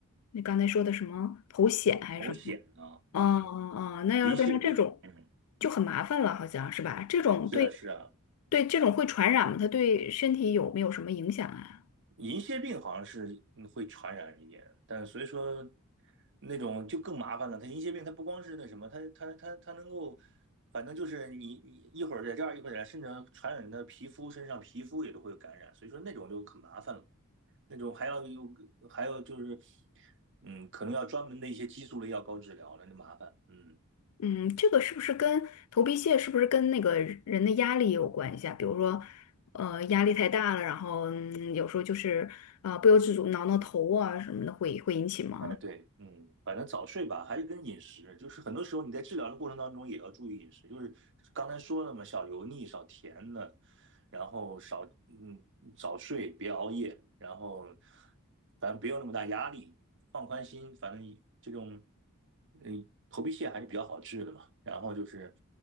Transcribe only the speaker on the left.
你刚才说的什么头癣还是什么，
哦哦哦，
那要是变成这种，
就很麻烦了，好像是吧？这种对
对这种会传染吗？它对身体有没有什么影响啊？
嗯，这个是不是跟头皮屑是不是跟那个人的压力有关系啊？比如说，呃，压力太大了，然后嗯，有时候就是呃不由自主挠挠头啊什么的会，会引起吗？